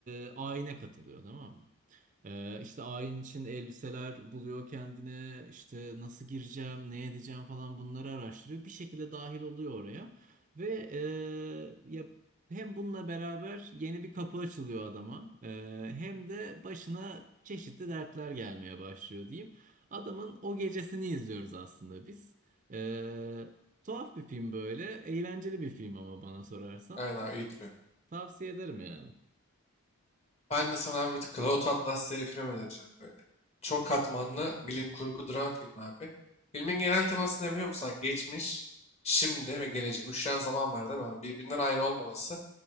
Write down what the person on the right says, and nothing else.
e, ayine katılıyor tamam mı? Ee, işte ayin için elbiseler buluyor kendine. işte nasıl gireceğim, ne edeceğim falan bunları araştırıyor. Bir şekilde dahil oluyor oraya. Ve e, ya hem bununla beraber yeni bir kapı açılıyor adama, eee, hem de başına çeşitli dertler gelmeye başlıyor diyeyim. Adamın o gecesini izliyoruz aslında biz. Eee, tuhaf bir film böyle, eğlenceli bir film ama bana sorarsan.
Tavsiye ederim yani.